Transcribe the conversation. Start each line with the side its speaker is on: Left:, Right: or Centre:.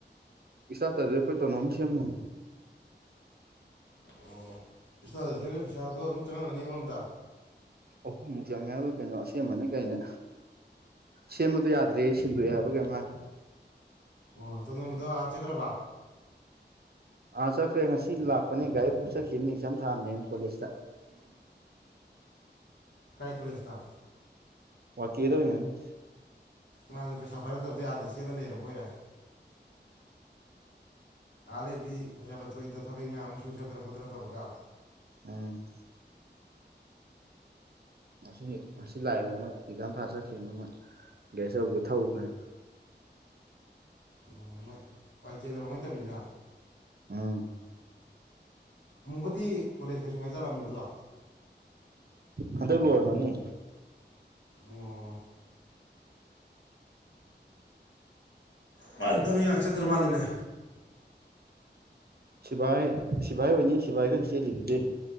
Right: ꯏꯁꯇꯥꯠꯇꯔꯗꯤ ꯑꯩꯈꯣꯏ ꯇꯣꯅꯣꯝ ꯁꯦꯝꯃꯨ
Left: ꯑꯣ ꯏꯁꯇꯥꯇꯔ ꯁꯦꯝꯕꯩ ꯄꯩꯁꯥꯗꯣ ꯑꯗꯨꯝ ꯆꯪꯍꯜꯂꯅꯤ ꯑꯃꯔꯣꯝꯗ
Right: ꯑꯍꯨꯝꯃꯨꯛ ꯆꯪꯉꯦ ꯍꯥꯏꯕꯔ ꯀꯩꯅꯣ ꯑꯁꯦꯝꯃꯟꯅꯦ ꯀꯩꯅꯦ ꯁꯦꯝꯕꯗꯨ ꯌꯥꯗ꯭ꯔꯦꯌꯦ ꯁꯤꯟꯗꯣꯛꯑꯦ ꯍꯥꯏꯕꯔ ꯀꯩꯅꯣꯝ ꯍꯥꯏ
Left: ꯑꯣ ꯇꯣꯗꯣꯟꯕꯗꯣ ꯑꯥ ꯆꯠꯈ꯭ꯔꯕ
Right: ꯑꯥ ꯆꯠꯈ꯭ꯔꯦ ꯉꯁꯤ ꯂꯥꯛꯄꯅꯦ ꯒꯥꯔꯤ ꯄꯨ ꯆꯠꯈꯤꯕꯅꯤ ꯑꯦꯛꯖꯥꯝ ꯊꯥꯝꯅꯦꯅ ꯀꯣꯂꯦꯖꯇ
Left: ꯀꯥꯏ ꯀꯣꯂꯦꯁꯇꯥ
Right: ꯋꯥꯀꯤꯗ ꯑꯣꯏꯅꯥꯅꯤ
Left: ꯃꯥꯁꯦ ꯄꯩꯁꯥ ꯄꯥꯏꯔꯛꯇꯕꯗꯩ ꯑꯗꯥ ꯆꯦꯜꯂ ꯂꯩꯔꯕꯣꯏꯔꯦ ꯑꯥ ꯂꯩꯩꯔꯗꯤ ꯄꯩꯁꯥ ꯂꯧꯊꯣꯛꯏꯗ ꯊꯕꯛ ꯏꯪꯒꯥꯡ ꯑꯃ ꯁꯨꯖꯗꯅ ꯈꯣꯠꯇꯅꯥ ꯇꯧꯔꯒ
Right: ꯎꯝ ꯉꯁꯤ ꯉꯁꯤ ꯂꯥꯛꯑꯦꯅ ꯃꯣꯏ ꯑꯦꯛꯖꯥꯝ ꯊꯥ ꯆꯠꯈꯤꯝꯅꯤ ꯃꯣꯏ ꯒꯦꯔꯤ ꯑꯆꯧꯕꯥ ꯊꯧꯗꯅ
Left: ꯑꯣ ꯃꯣꯏ ꯋꯥꯏ ꯀꯦꯗꯔꯣ ꯃꯣꯏ ꯇꯝꯃꯤꯁꯤꯔꯥ
Right: ꯎꯝ
Left: ꯑꯃꯨꯕꯗꯤ ꯀꯣꯂꯦꯖ ꯂꯣꯏꯁꯟꯒ ꯆꯠꯂ ꯑꯃꯨꯕꯗꯣ
Right: ꯍꯟꯗꯛ ꯂꯣꯏꯔꯝꯃꯅꯤ
Left: ꯑꯣ ꯑꯗ ꯉꯥꯛ ꯆꯠꯇ꯭ꯔ ꯃꯥꯜꯂꯤꯅꯦ
Right: ꯁꯤꯐꯥꯏ ꯁꯤꯐꯥꯏ ꯑꯣꯏꯅꯤ ꯁꯤꯐꯥꯏꯇꯪ ꯆꯦꯂꯤꯗꯨꯗꯤ